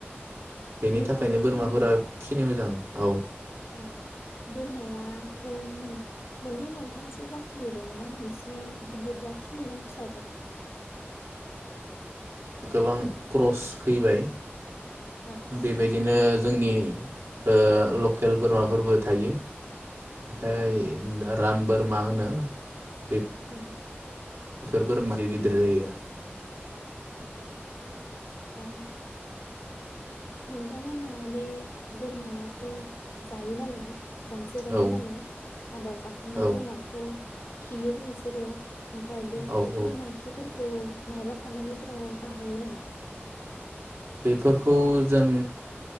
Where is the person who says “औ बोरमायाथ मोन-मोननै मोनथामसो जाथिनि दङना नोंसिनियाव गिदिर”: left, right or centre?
Left